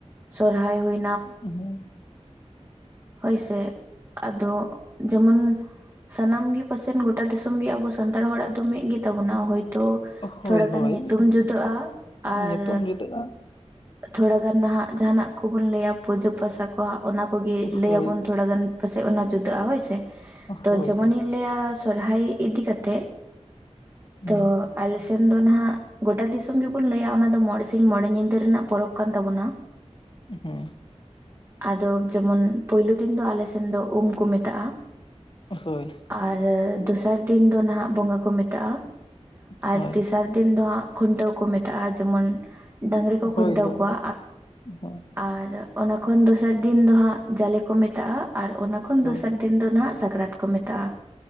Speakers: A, on the right (about 25°); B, on the left (about 45°).
A: ᱥᱚᱨᱦᱟᱭ ᱦᱩᱭ
B: ᱦᱮᱸ
A: ᱦᱳᱭ ᱥᱮ, ᱟᱫᱚ ᱡᱮᱢᱚᱱ ᱥᱟᱱᱟᱢ ᱜᱮ ᱯᱟᱥᱮᱱ ᱜᱚᱴᱟ ᱫᱤᱥᱚᱢ ᱜᱮ ᱟᱵᱚ ᱥᱟᱱᱛᱟᱲ ᱦᱚᱲᱟᱜ ᱫᱚ ᱢᱤᱫ ᱜᱮᱛᱟᱵᱚᱱᱟ᱾ ᱦᱳᱭ ᱛᱚ
B: ᱦᱳᱭ
A: ᱛᱷᱚᱲᱟᱜᱟᱱ
B: ᱦᱳᱭ
A: ᱧᱤᱛᱩᱢ ᱡᱩᱫᱟᱹᱜᱼᱟ᱾ ᱟᱨ
B: ᱧᱩᱛᱩᱢ ᱡᱩᱫᱟᱹᱜᱼᱟ
A: ᱛᱷᱚᱲᱟ ᱜᱟᱱ ᱱᱟᱦᱟᱜ ᱡᱟᱦᱟᱱᱟᱜ ᱠᱚᱵᱚᱱ ᱞᱟᱹᱭᱟ ᱯᱩᱡᱟᱹ ᱯᱟᱥᱟ ᱠᱚ ᱚᱱᱟ ᱠᱚᱜᱮ ᱞᱟᱹᱭ
B: ᱦᱳᱭ
A: ᱟᱵᱚᱱ ᱛᱷᱚᱲᱟ ᱜᱟᱱ ᱯᱟᱥᱮᱡ ᱚᱱᱟ ᱡᱩᱫᱟᱹᱜᱼᱟ ᱦᱳᱭᱥᱮ᱾
B: ᱦᱳᱭ
A: ᱛᱚ
B: ᱦᱳᱭ
A: ᱡᱮᱢᱚᱱᱤᱧ ᱞᱟᱹᱭᱟ ᱥᱚᱨᱦᱚᱨᱟᱭ ᱤᱫᱤ ᱠᱟᱛᱮ
B: ᱦᱩᱸ
A: ᱛᱚ ᱟᱞᱮᱥᱮᱱ ᱫᱚ ᱱᱟᱦᱟᱜ ᱜᱚᱴᱟ ᱫᱤᱥᱚᱢ ᱜᱮᱵᱩᱱ ᱞᱟᱹᱭᱟ ᱚᱱᱟ ᱫᱚ ᱢᱚᱬᱮ ᱥᱤᱧ ᱢᱚᱬᱮ ᱧᱤᱫᱟᱹ ᱨᱮᱱᱟᱜ ᱯᱚᱨᱚᱵᱽ ᱠᱟᱱ ᱛᱟᱵᱚᱱᱟ
B: ᱦᱮᱸ
A: ᱟᱫᱚ ᱡᱮᱢᱚᱱ ᱯᱳᱭᱞᱳ ᱫᱤᱱ ᱫᱚ ᱟᱞᱮ ᱥᱮᱱ ᱫᱚ ᱩᱢ ᱠᱚ ᱢᱮᱛᱟᱜᱼᱟ᱾
B: ᱦᱳᱭ
A: ᱟᱨ ᱫᱚᱥᱟᱨ ᱫᱤᱱ ᱫᱚ ᱱᱟᱦᱟᱜ ᱵᱚᱸᱜᱟ ᱠᱚ ᱢᱮᱛᱟᱜᱼᱟ᱾ ᱟᱨ
B: ᱦᱳᱭ
A: ᱛᱮᱥᱟᱨ ᱫᱤᱱ ᱫᱚ ᱦᱟᱸᱜ ᱠᱷᱩᱱᱴᱟᱹᱣ ᱠᱚ ᱢᱮᱛᱟᱜᱼᱟ ᱡᱮᱢᱚᱱ ᱰᱟᱝᱨᱤ ᱠᱚ
B: ᱦᱳᱭ
A: ᱠᱷᱩᱱᱴᱟᱹᱣ
B: ᱦᱳᱭ
A: ᱠᱚᱣᱟ᱾
B: ᱦᱳᱭ
A: ᱟᱨ ᱚᱱᱟ ᱠᱷᱚᱱ ᱫᱚ ᱥᱟᱨ ᱫᱤᱱ ᱫᱚ ᱦᱟᱸᱜ ᱡᱟᱞᱮ ᱠᱚ ᱢᱮᱛᱟᱜᱼᱟ᱾ ᱟᱨ ᱚᱱᱟ ᱠᱷᱚᱱ
B: ᱦᱳᱭ
A: ᱫᱚ ᱥᱟᱨ ᱫᱤᱱ ᱫᱚ ᱱᱟᱦᱟᱜ ᱥᱟᱠᱨᱟᱛ ᱠᱚ ᱢᱮᱛᱟᱜᱼᱟ᱾